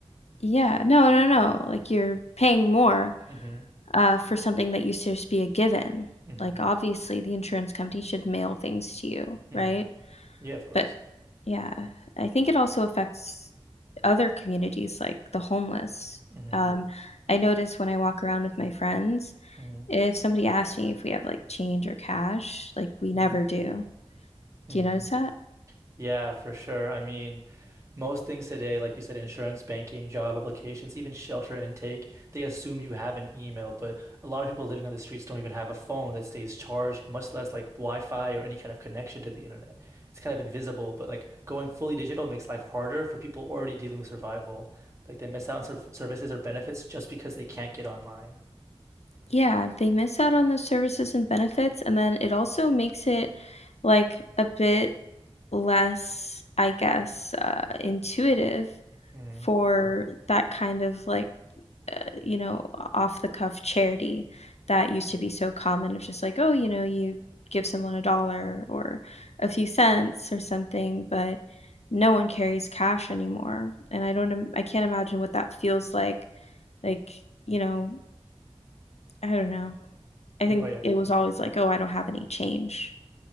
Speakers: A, on the left; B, on the right.
A: yeah, no, no, no. Like you're paying more
B: Mm-hmm.
A: uh, for something that used to just be a given.
B: Mm-hmm.
A: Like, obviously, the insurance company should mail things to you,
B: hmm
A: right?
B: Yeah, of course.
A: But yeah, I think it also affects other communities, like the homeless.
B: Mm-hmm.
A: Um, I notice when I walk around with my friends,
B: Mm-hmm.
A: if somebody asks me if we have like change or cash, like we never
B: Mm-hmm.
A: do.
B: hmm
A: Do you notice that?
B: Yeah, for sure. I mean, most things today, like you said, insurance, banking, job applications, even shelter intake, they assume you have an email, but a lot of people living on the streets don't even have a phone that stays charged, much less like Wi-Fi or any kind of connection to the internet. It's kind of invisible, but like going fully digital makes life harder for people already dealing with survival. Like they miss out on serv services or benefits just because they can't get online.
A: Yeah, they miss out on those services and benefits, and then it also makes it, like, a bit less, I guess, uh, intuitive
B: mm
A: for that kind of, like, uh, you know, off the cuff charity that used to be so common of just like, "Oh, you know, you give someone a dollar or a few cents or something," but no one carries cash anymore, and I don't im I can't imagine what that feels like, like, you know, I don't know. I
B: No,
A: think
B: yeah.
A: it was always like, "Oh, I don't have any change."